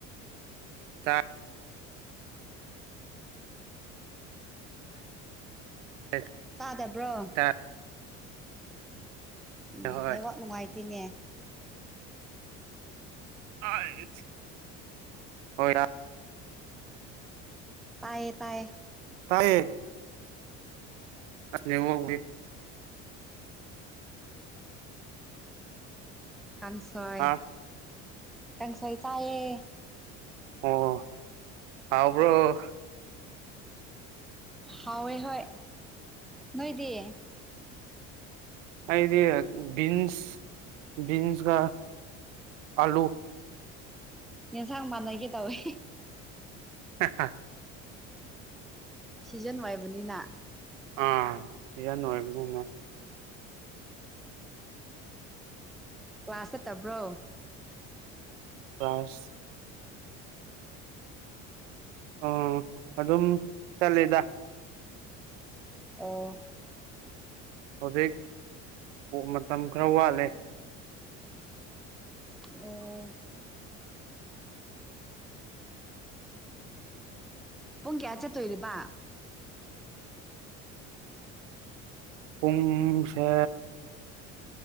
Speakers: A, on the right (about 85°); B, in the centre.
A: ꯇꯥꯢ ꯑ <inaudible>
B: ꯇꯥꯗꯥꯕ꯭ꯔꯣ
A: ꯇꯥꯢ
B: ꯎꯝ
A: ꯍꯣꯏ
B: ꯅꯦꯠꯋꯥꯛ ꯅꯨꯡꯉꯥꯏꯇꯦꯅꯦ
A: ꯍꯣꯢ ꯍꯣꯏ ꯔꯥ
B: ꯇꯥꯏꯌꯦ-ꯇꯥꯏꯌꯦ
A: ꯇꯥꯏꯌꯦ ꯑꯁ ꯅꯦꯗꯋꯥꯛ <unintelligible>
B: ꯀꯥꯡꯁꯣꯏ-
A: ꯑꯥ
B: ꯀꯥꯡꯁꯣꯏ ꯆꯥꯏꯌꯦ
A: ꯑꯣ ꯍꯥꯎꯕ꯭ꯔꯣ
B: ꯍꯥꯎꯋꯦ ꯍꯣꯏ ꯅꯣꯏꯗꯤ
A: ꯑꯩꯗꯤ ꯕꯤꯟꯁ ꯕꯤꯟꯁꯒ ꯑꯂꯨ
B: ꯌꯦꯟꯁꯥꯡ ꯃꯥꯟꯅꯒꯦ ꯇꯧꯋꯦ
A: ꯍ ꯍꯥ <unintelligible>
B: ꯁꯤꯖꯟ ꯑꯣꯢꯕꯅꯤꯅ
A: ꯑꯥ ꯁꯤꯁꯥꯟ ꯑꯣꯏꯕꯅꯤꯅ
B: ꯀ꯭ꯂꯥꯁ ꯆꯠꯇꯕ꯭ꯔꯣ
A: ꯀ꯭ꯂꯥꯁ ꯑꯥ ꯑꯗꯨꯝ ꯆꯠꯂꯤꯗ
B: ꯑꯣ
A: ꯍꯧꯖꯤꯛ ꯃꯇꯝ ꯈꯔ ꯋꯥꯠꯂꯤ
B: ꯑꯣ ꯄꯨꯡ ꯀꯌꯥ ꯆꯠꯇꯣꯏꯔꯤꯕ
A: ꯄꯨꯡꯁꯦ